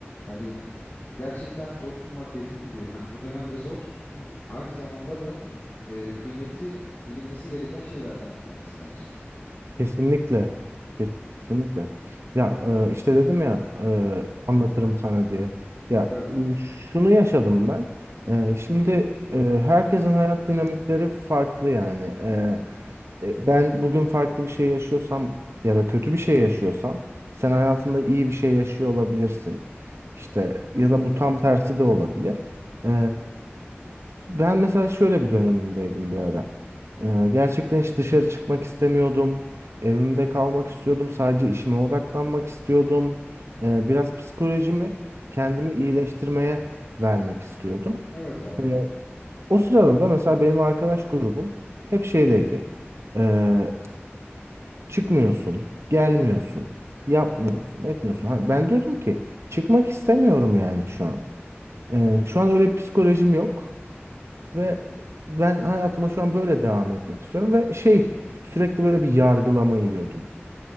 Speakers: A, on the left; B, on the right.
A: Hani Gerçekten dost bulmak dediğim gibi hani bu dönemde zor. <clears throat> Aynı zamanda da e, kıymeti bilinmesi gereken şeylerden bir tanesi bence.
B: Kesinlikle. Kesinlikle. Ya e, işte dedim ya e, anlatırım sana diye. Ya
A: Evet abi.
B: e, şunu yaşadım ben. E, Şimdi e, herkesin hayat dinamikleri farklı yani. E, e, Ben bugün farklı bir şey yaşıyorsam ya da kötü bir şey yaşıyorsam sen hayatında iyi bir şey yaşıyor olabilirsin. İşte ya da bu tam tersi de olabilir. E, ben mesela şöyle bir dönemimdeydim bir ara. Ee, gerçekten hiç dışarı çıkmak istemiyordum. Evimde kalmak istiyordum. Sadece işime odaklanmak istiyordum. Ee, biraz psikolojimi kendimi iyileştirmeye vermek istiyordum.
A: Evet abi.
B: Ee, o sırada da mesela benim arkadaş grubum hep şeydeydi. Ee, çıkmıyorsun, gelmiyorsun, yapmıyorsun, etmiyorsun. Ha, Ben diyordum ki çıkmak istemiyorum yani şu an. Ee, şu an öyle bir psikolojim yok. Ve ben hayatıma şu an böyle devam etmek istiyorum ve şey sürekli böyle bir yargılama yiyordum.